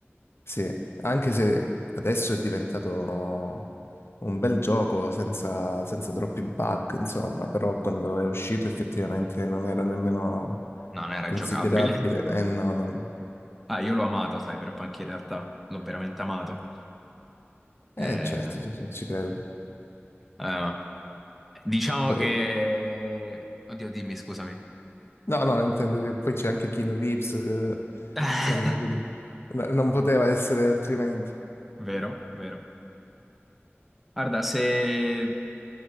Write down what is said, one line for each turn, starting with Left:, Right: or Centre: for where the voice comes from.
Left: Sì, anche se adesso è diventato un bel gioco senza, senza troppi bug, insomma, però quando è uscito effettivamente non era nemmeno
Centre: Non era
Left: considerabile.
Centre: giocabile. <laughs>
Left: Eh no, non...
Centre: Ah, io l'ho amato Cyberpunk in realtà, l'ho veramente amato. Eh,
Left: Eh certo, ci, ci- ci credo.
Centre: eh, diciamo
Left: Poi-
Centre: che... Oddio, dimmi, scusami.
Left: No, no, intendo che poi c'è anche Keanu Reeves, eh,
Centre: <laughs>
Left: insomma, quindi no- non poteva essere altrimenti.
Centre: Vero, vero. Guarda, se